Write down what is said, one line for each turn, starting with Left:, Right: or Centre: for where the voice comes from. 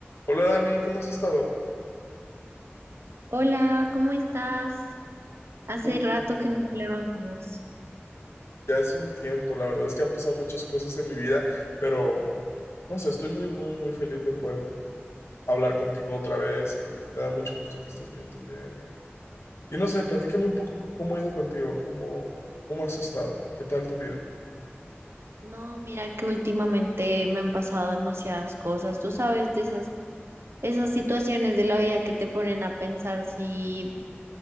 Left: Hola Dani, ¿cómo has estado?
Right: Hola, ¿cómo estás? Hace
Left: Mm,
Right: rato que no hablábamos.
Left: Ya hace un tiempo, la verdad es que han pasado muchas cosas en mi vida, pero no sé, estoy muy, muy, muy feliz de poder hablar contigo otra vez y me da mucho gusto que estés bien también. Y, y no sé, platícame un poco c- cómo ha ido contigo, cómo, cómo has estado, qué tal tu vida.
Right: No, mira que últimamente me han pasado demasiadas cosas. Tú sabes de esas, esas situaciones de la vida que te ponen a pensar si